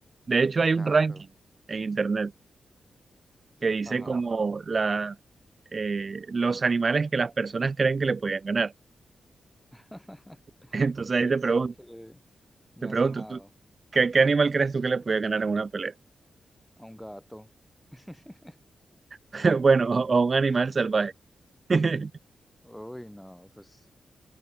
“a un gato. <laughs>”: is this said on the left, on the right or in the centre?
Centre